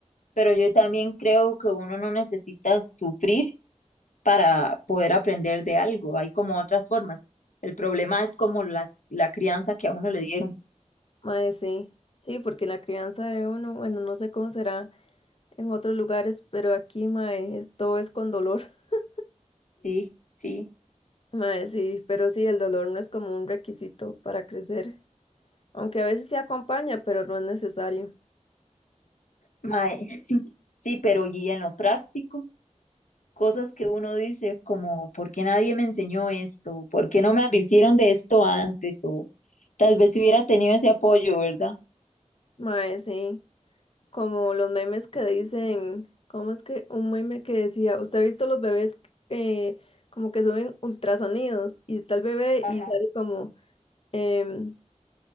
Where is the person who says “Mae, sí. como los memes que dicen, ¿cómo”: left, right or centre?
Left